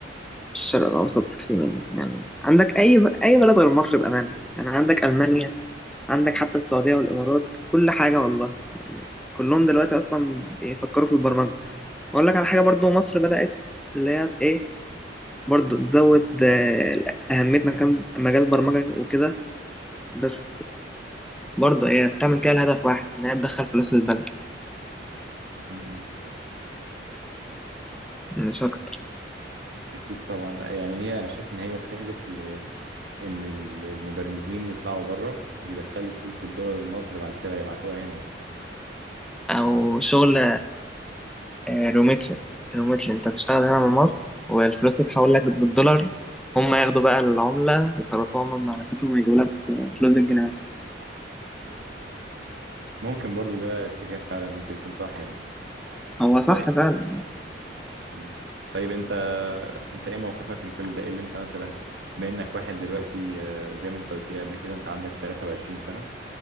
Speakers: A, in the centre; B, on the right (about 75°).
A: الشرق الأوسط فين يعني عندك أي ب... أي بلد غير مصر بأمانة يعني عندك ألمانيا عندك حتى السعودية والإمارات كل حاجة والله يعني كلهم دلوقتي أصلا بيفكروا في البرمجة وأقول لك على حاجة برضو مصر بدأت اللي هي إيه برضو تزود آه، أهميتنا كم مجال البرمجة وكده بس برضه هي بتعمل كده لهدف واحد إنها تدخل فلوس للبلد
B: م-م.
A: مش أكتر
B: اكيد طبعا لا، يعني هي أنا شايف ان هي بتهدف ل ان ال- المبرمجين يطلعوا بره ويدخلوا فلوس بالدولار لمصر بعد كده يبعتوها هنا يعني
A: أو شغل آه، روميتل روميتل انت هتشتغل هنا من مصر والفلوس تتحول لك بالدولار هم ياخدوا بقى العملة يصرفوها هم من معرفتهم ويجيبوا لك فلوس بالجنيه
B: ممكن برضو ده اتجاه فعلا ممكن يكون صح يعني
A: هو صح
B: طيب
A: فعلا
B: م. طيب انت انت ايه موقفك من كل ده ايه اللي انت مثلا بما انك واحد دلوقتي آه، زي ما انت قلت لي قبل كده انت عندك 23 سنة